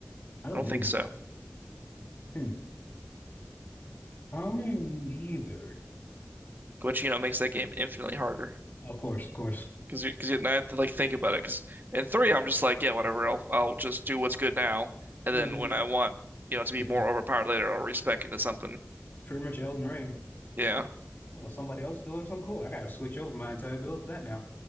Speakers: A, on the left; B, on the right.
A: don't
B: I don't think
A: either.
B: so.
A: Hmm. I don't either.
B: Which, you know, makes that game infinitely harder.
A: Of course, of course.
B: Because because I have to like think about it. Because in three, I'm just like, yeah, whatever. I'll I'll just do what's good now, and
A: hmm
B: then when I want, you know, to be
A: It's
B: more overpowered later, I'll respec into something.
A: pretty much Elden Ring.
B: Yeah.
A: Oh, somebody else is doing something cool. I gotta switch over my entire build to that now.